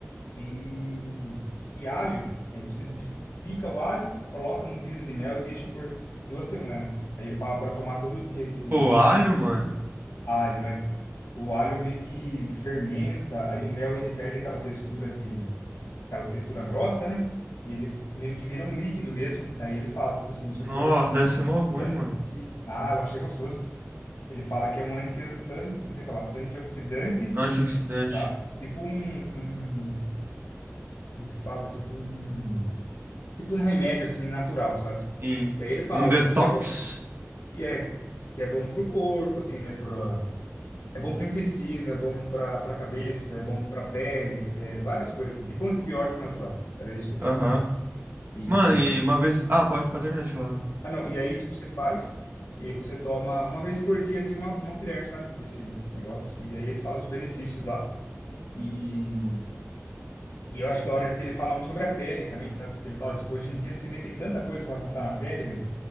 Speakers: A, on the left; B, on the right.
A: e, e alho. Aí você tipo pica o alho, coloca no vidro de mel e deixa por duas semanas. Aí ele fala para tomar todo dia esse
B: Pô, alho, mano.
A: alho, é. O alho meio que fermenta, aí o mel ele perde aquela textura de aquela textura grossa, né? E ele meio que vira um líquido mesmo. Aí ele fala, tipo assim, isso
B: Nossa,
A: aqui é um
B: deve ser mó ruim,
A: anti...
B: mano.
A: Ah, eu achei gostoso. Ele fala que é um anti, an- não sei falar, antioxidante,
B: Antioxidante.
A: sabe? Tipo um, um, como que fala? Tipo um, tipo um remédio assim natural, sabe?
B: Sim.
A: Que aí ele fala
B: Um detox.
A: tipo que é bom pro- e é que é bom pro corpo, assim, né, pro é bom pro intestino, é bom pra para cabeça, é bom pra pele, é várias coisas assim, tipo um antibiótico natural. Era isso que eu queria
B: Aham.
A: falar. E
B: Mano, e uma vez. Ah, pode, pode terminar de falar.
A: ah não, e aí tipo você faz e aí você toma uma vez por dia assim uma, uma colher, sabe, desse negócio. E aí ele fala os benefícios lá. E E eu acho da hora que ele fala muito sobre a pele também, sabe? Que ele fala, tipo, hoje em dia você vê tem tanta coisa para passar na pele, velho.